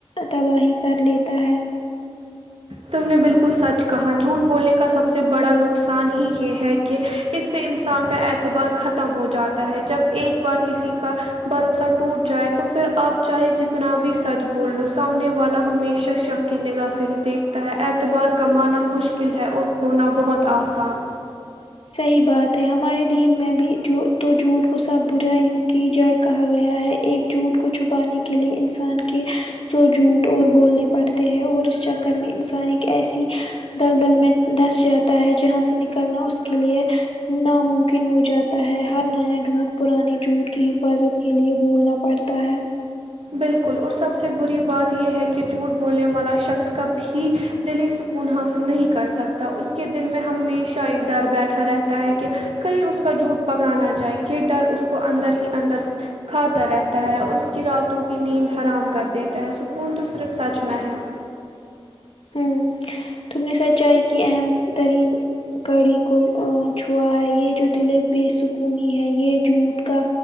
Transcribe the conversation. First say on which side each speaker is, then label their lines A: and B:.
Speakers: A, on the left; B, on the right.
A: تباہی کر لیتا ہے
B: تم نے بالکل سچ کہا جھوٹ بولنے کا سب سے بڑا نقصان ہی یہ ہے کہ اس سے انسان کا اعتبار ختم ہو جاتا ہے جب ایک بار کسی کا بھروسہ ٹوٹ جائے تو پھر اپ چاہے جتنا بھی سچ بول لو سامنے والا ہمیشہ شک کی نگاہ صحیح دیکھتا ہے اعتبار کمانا مشکل ہے اور کھونا بہت اسان
A: صحیح بات ہے ہمارے دین میں بھی جو تو جھوٹ کو سب برا ہوں کہ جڑ کہا گیا ہے ایک جھوٹ کو چھپانے کے لیے انسان کے سو جھوٹ اور بولنے پڑتے ہیں اور اس چکر میں انسان ایک ایسی دل دل میں دھس جاتا ہے جہاں سے نکلنا اس کے لیے ناممکن ہو جاتا ہے ہر نیا جھوٹ پرانی جھوٹ کی حفاظت کے لیئے بولنا پڑتا ہے
B: بالکل اور سب سے بری بات یہ ہے کہ جھوٹ بولنے والا شخص کا بھی دلی سکون حاصل نہیں کر سکتا اس کے دل میں ہمیشہ ایک ڈر بیٹھا رہتا ہے کہ کہیں اس کا جھوٹ پکڑا نہ جائے یہ ڈر اس کو اندر ہی اندر کھاتا رہتا ہے اور اس کی راتوں کی نیند حرام کر دیتا ہے سکون تو صرف سچ میں ہے
A: ہمم تم نے سچائی کی اہم ترین کڑی کو چھوا ہے یہ جو دل بےسکونی ہے یہ جھوٹ کا